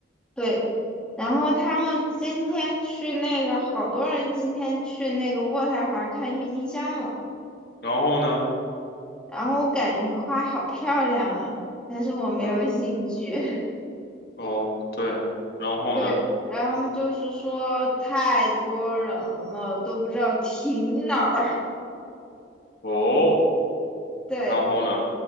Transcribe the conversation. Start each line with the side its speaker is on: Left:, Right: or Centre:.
Centre: 对，然后他们今天去那个，好多人今天去那个渥太华看郁金香了，
Left: 然后呢？
Centre: 然后我感觉花好漂亮啊，但是我没有兴趣。
Left: 然
Centre: <laughs>
Left: 哦，对，然后呢？
Centre: 对，然后他们就是说太多人了，都不知道停哪儿。
Left: 哦，
Centre: <laughs> 对，
Left: 然后呢？